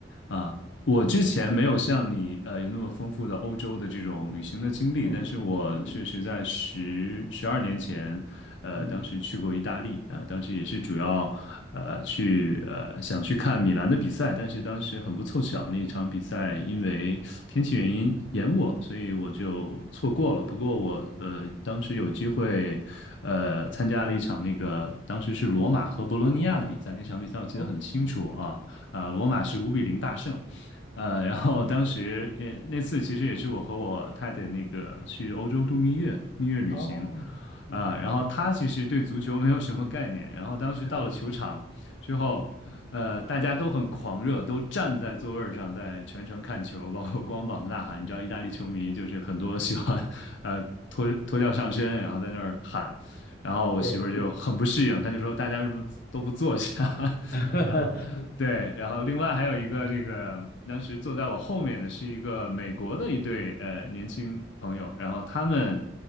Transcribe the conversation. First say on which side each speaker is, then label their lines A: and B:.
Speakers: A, on the left; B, on the left.
A: 啊，我之前没有像你呃有那么丰富的欧洲的这种旅行的经历，
B: 嗯
A: 但是我确实在十十二年前，
B: 嗯
A: 呃，
B: 嗯
A: 当时去过意大利，呃，当时也是主要呃去呃想去看米兰的比赛，但是当时很不凑巧，那一场比赛因为天气原因延误了，所以我就错过了。不过我呃当时有机会呃参加了一场那个当时是罗马和博洛尼亚的比赛，
B: 嗯，
A: 那场比赛我记得很清楚啊。
B: 哦
A: 呃，罗马是五比零大胜。呃，然后当时也那次其实也是我和我太太那个去欧洲度蜜月，蜜月旅行，
B: 哦，嗯，
A: 啊、然后她其实对足球没有什么概念，然后当时到了球场之后，
B: <laughs>
A: 呃，大家都很狂热，都站在座位儿上在全程看球，包括光膀子呐喊。你知道意大利球迷就是很多喜欢，呃，脱脱掉上身，然后在那儿喊，然后我媳妇儿就很不适应，
B: 对，
A: 她就说大家为什么都不坐下？<laughs>
B: <laughs>
A: 啊、对，然后另外还有一个这个，当时坐在我后面的是一个美国的一对呃年轻朋友，然后他们